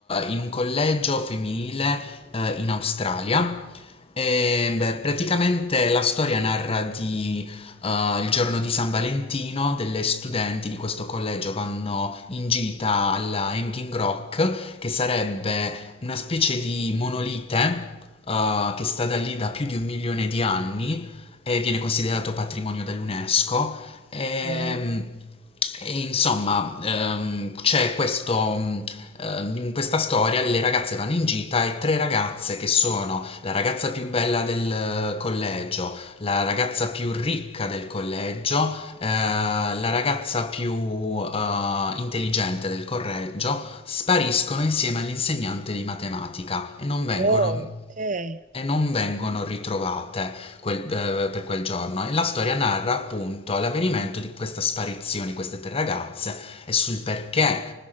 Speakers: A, on the left; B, on the right.
A: in un collegio femminile eh, in Australia. E, beh, praticamente la storia narra di eh, il giorno di San Valentino, delle studenti di questo collegio vanno in gita alla Hanging Rock, che sarebbe una specie di monolite eh, che sta da lì da più di un milione di anni e viene considerato patrimonio dell'UNESCO e,
B: Wow.
A: e insomma, ehm, c'è questo, mh, ehm, in questa storia le ragazze vanno in gita e tre ragazze che sono la ragazza più bella del eh, collegio, la ragazza più ricca del collegio, eh, la ragazza più eh, intelligente del collegio, spariscono insieme all'insegnante di matematica e non vengono
B: Oh, ok.
A: e non vengono
B: Mhm.
A: ritrovate quel- eh, per quel giorno e la storia narra appunto l'avvenimento di questa sparizione di queste tre ragazze e sul perché,